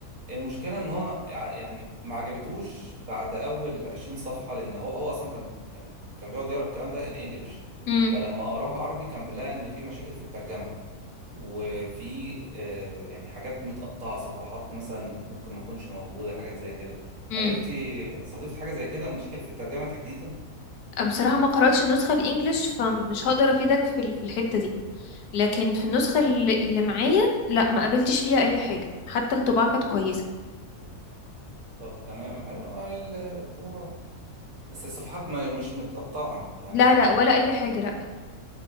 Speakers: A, on the right; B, on the left.
A: المشكله ان هو يع- يعني ما عجبتوش بعد اول 20 صفحه لان هو هو اصلا كان يعني كان بيقعد يقرا الكلام ده الانجليش
B: امم
A: فلما قراها عربي كان لقى ان في مشاكل في الترجمه وفي آه، يعني حاجات متقطعه صفحات مثلا ممكن ما تكونش موجوده حاجات زي كده
B: امم
A: قابلتي صادفت حاجه زي كده مشاكل في الترجمه تحديدا
B: بصراحة ما قرأتش النسخة الإنجليش فمش هقدر أفيدك في ال- في الحتة دي لكن في النسخة اللي اللي معايا لا ما قابلتش فيها أي حاجة حتى الطباعة كانت كويسة
A: طب تمام حلو آه، الطباعه بس الصفحات ما مش متقطعة يعني
B: لا لا ولا أي حاجة لا